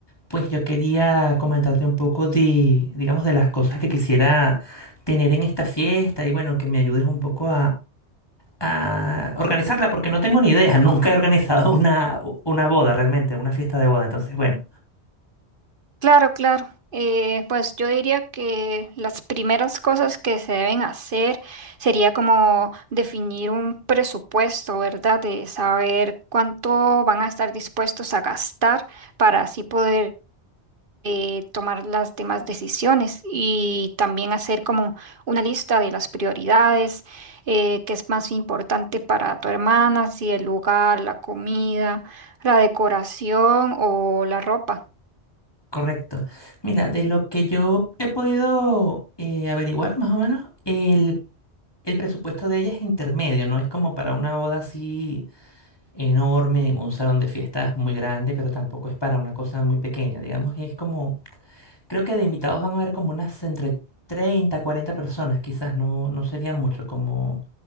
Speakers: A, on the left; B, on the right.
A: pues yo quería comentarte un poco de, digamos, de las cosas que quisiera tener en esta fiesta y bueno, que me ayudes un poco a organizarla porque no tengo ni idea. <laughs> Nunca he organizado una, una boda realmente, una fiesta de boda. Entonces, bueno,
B: Claro, claro. Eh, pues yo diría que las primeras cosas que se deben hacer sería como definir un presupuesto, ¿verdad? De saber cuánto van a estar dispuestos a gastar para así poder eh, tomar las demás decisiones y también hacer como una lista de las prioridades, eh, qué es más importante para tu hermana, si el lugar, la comida, la decoración o la ropa.
A: correcto. Mira, de lo que yo he podido eh, averiguar más o menos, el, el presupuesto de ella es intermedio, no es como para una boda así enorme, un salón de fiestas muy grande, pero tampoco es para una cosa muy pequeña. Digamos, es como Creo que de invitados van a haber como unas entre 30, 40 personas, quizás no, no sería mucho, como